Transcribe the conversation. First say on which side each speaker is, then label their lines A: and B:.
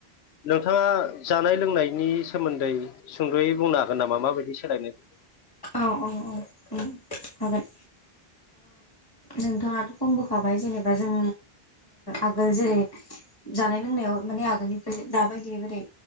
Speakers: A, on the left; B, on the left.
A: नोंथाङा जानाय लोंनायनि सोमोन्दै सुंद्र'यै बुंनो हागोन नामा माबायदि सोलायनो
B: औ औ औ हागोन नोंथाङाथ' खमबोखाबाय जेनेबा जों आगोल जेरै जानाय लोंनायाव माने आगोलनिफ्राय दाबायदिबायै